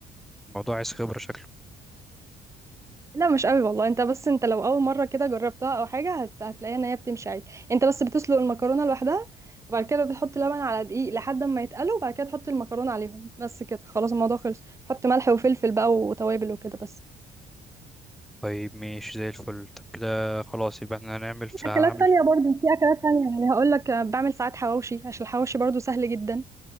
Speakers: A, in the centre; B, on the right.
A: موضوع عايز خبره شكله
B: لا مش قوي والله انت بس انت لو اول مره كده جربتها او حاجه هت... هتلاقيها ان هي بتمشي عادي انت بس بتسلق المكرونه لوحدها وبعد كده بتحط لبن على دقيق لحد ما يتقلوا وبعد كده تحط المكرونه عليهم بس كده خلاص الموضوع خلص تحط ملح وفلفل بقى وتوابل وكده بس
A: طيب ماشي زي الفل طب كده خلاص يبقى احنا هنعمل فهنعمل
B: اكلات تانية برضو في اكلات تانية يعني هقول لك بعمل ساعات حواوشي عشان الحواوشي برضو سهل جدا